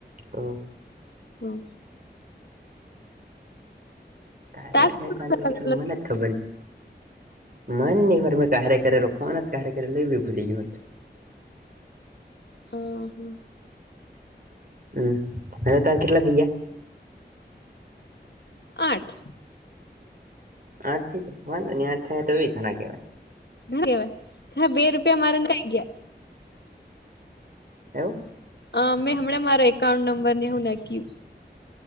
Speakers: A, on the right; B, on the left.
A: અ.
B: હમ્મ.
A: તારે
B: ટાસ્ક
A: એકને
B: પૂરું
A: શાંતિ
B: કરવા
A: કેટલી
B: મતલબ
A: મને જ ખબર ને. મન ને ઘર મે કારે કરેલો ફોનતન કા કરેલો એ ભૂલી ગયો હું.
B: અ હમ્મ.
A: હમ્મ, હવે તાર કેટલા થઈ ગ્યા?
B: આઠ.
A: આઠ થઈ ગ્યા? વાંધો નહીં આઠ થયા તોબી ઘણા કહેવાય.
B: <unintelligible> બે રૂપિયા મારે નાઈ ગયા.
A: એવું
B: અ મેં હમણાં મારા એકાઉન્ટ નંબર ને હું નાક્યું.